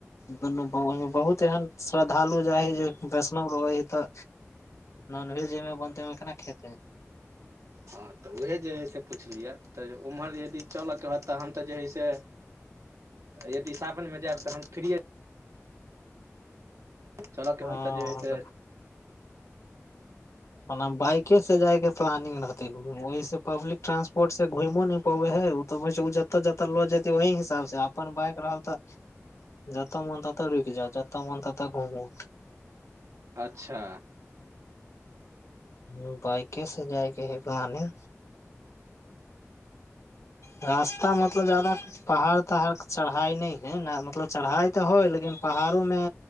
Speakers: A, on the left; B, on the right.
A: दुनू बहुत एहन श्रद्धालु जाय है जे वैष्णव रहै है त नॉन भेज जेमे बनते ओमे केना खेतै
B: हँ तऽ उएहे जे हइ से पुछलियै तऽ उम्हर यदि चलके हत तऽ हम तऽ जे हइ से यदि सावन मे जायब तऽ हम फ्री चल <unintelligible> केवल
A: हँ
B: तजेे सेर
A: ओना बाइके से जाय के प्लानिंग रहते ओहिसंँ पब्लिक ट्रांसपोर्ट से घुमो न पबै है त जतऽ जतऽ लऽ जेतै ओही हिसाब से अपन बाइक रहल तऽ जतऽ मन ततऽ रुकि जाउ, जतऽ मन ततऽ घुमू।
B: अच्छा
A: हूँ, बाइकसे जायके हइ, बहाने। रास्ता मतलब ज्यादा पहाड़ तहाड़ चढ़ाइ नहि छै ने, मतलब चढ़ाइ तऽ होइ छै, लेकिन पहाड़ोमे।